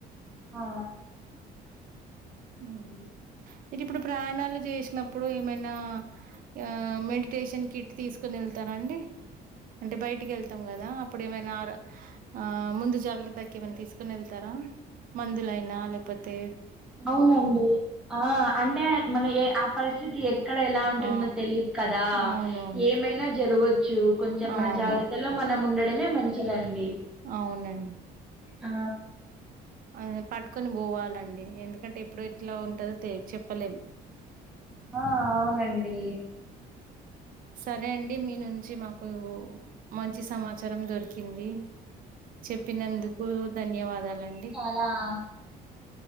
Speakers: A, in the centre; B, on the right.
A: ఆ
B: హ్మ్ హు మీకు ఇప్పుడు ప్రయాణాలు చేసినప్పుడు ఏమైనా ఇగ మెడిటేషన్ కిట్ తీసుకొని వెళ్తార అండి అంటే బయటికి వెళ్తాం కదా అప్పుడు ఏమైనా ఆడ ఆ ముందు జాగ్రత్తకి ఏమైనా తీసుకుని వెళ్తారా మందులయినా లేపోతే
A: అవునండి ఆ అంటే మనకి ఆ పరిస్థితి ఎ ఇక్కడ ఎలా ఉంటుందో
B: ఆ
A: తెలిదు కదా
B: అవును అవును
A: ఏమైనా జరగచ్చు కొంచెం
B: అవును
A: మన జాగ్రత్తలో మనం ఉన్ ఉండడమే మంచిదండి
B: అవునండి
A: ఆ
B: ఆ ఇంగ పట్టుకొని పోవాలండి ఎందుకంటే ఎప్పుడు ఎట్లా ఉంటందో తె చెప్పలేం
A: ఆ అవునండి
B: సరే అండి మీ నుంచి మాకు మంచి సమాచారం దొరికింది చెప్పినందుకు ధన్యవాదాలండి
A: లా